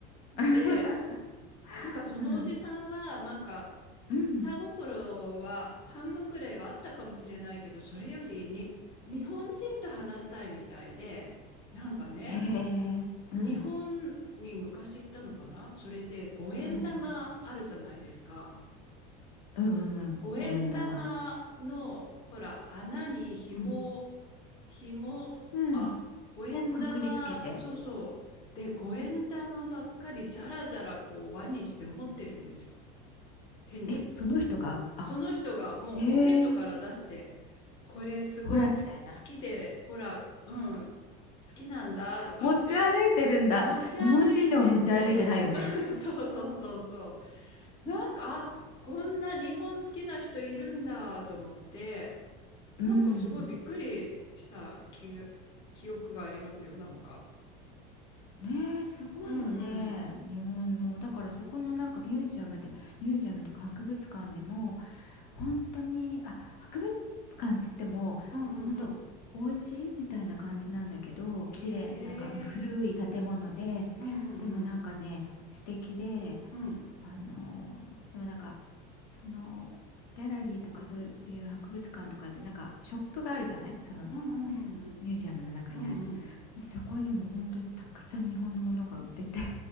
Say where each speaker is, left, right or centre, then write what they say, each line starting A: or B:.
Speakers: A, on the left; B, on the left.
A: で、
B: <laughs>
A: なんかそのおじさんは、
B: うん。
A: なんか
B: うん。
A: 下心は半分ぐらいはあったかもしれないけど、それよりに日本人と話したいみたいで、なんかね、
B: へえ、うん、
A: 日本に昔行ったのかなそれで五円玉あるじゃないですか。
B: うんうん、うんうんうん、
A: 五円玉の、
B: 五円玉。
A: ほら、穴に紐、
B: うん、
A: 紐、
B: うん、
A: あ、五円玉、
B: をくくりつけて、
A: そうそう。で、五円玉ばっかりじゃらじゃらこう輪にして持ってるんですよ。手に。
B: え、その人が、あ、
A: その人がもうポケットから出して、
B: へえ、
A: これすごい好き、
B: ほらみたいな。
A: 好きで、ほら、うん、好きなんだとかって、
B: 持ち歩いてるんだ。
A: 持ち歩いてて、
B: 日本人でも持ち歩いてないよね。
A: <laughs> そうそうそうそう。なんか、あ、こんな日本好きな人いるんだと思って、
B: うん。
A: なんかすごいびっくりした記記憶がありますよ、なんか。
B: ねえ、すごいよね。
A: うんうん。
B: 日本の。だからそこのなんかミュージアムで、ミュージアムとか博物館でも、本当に、あ、博物館って言っても、
A: うんうんうん。
B: 本当お家みたいな感じなんだけど、
A: へえ。
B: 綺麗、なんか古い建物で、
A: うんうんうん。
B: でもなんかね、素敵で、
A: うん。
B: あのーでもなんか、その、ギャラリーとかそういう博物館とかで、なんかショップがあるじゃないその
A: うんうん
B: ミュージアムの中にある。
A: うんうん。うんうん。
B: でそこにも本当にたくさん日本のものが売ってて、<laughs>